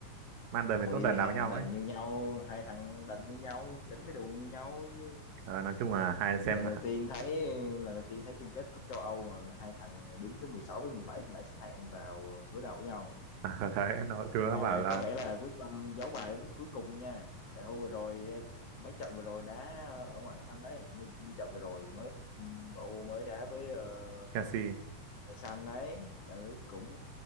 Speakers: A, on the right (about 80°); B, on the left (about 55°).
A: Man đời với
B: Ui
A: Tottenham
B: hai
A: đá với
B: thằng
A: nhau
B: đành
A: ấy
B: như nhau hai thằng đành như nhau chỉnh cái đùi như nhau chứ.
A: Ờ, nói chung là hai
B: lần
A: xem
B: đầu tiên thấy lần đầu tiên thấy chung kết cúp châu Âu mà hai thằng đứng thứ 16 với 17 trên bảng xếp hạng vào đối đầu với nhau
A: À, <laughs> thấy nó thứ nó
B: mà
A: bảo là
B: có vẻ là quyết tâm giấu bài đến cuối cùng nha tại hôm vừa rồi mấy trận vừa rồi đá ở ngoại Anh đấy như, như trận vừa rồi mới MU mới đá với ờ,
A: Chelsea
B: Trời Xanh đấy ừ, cũng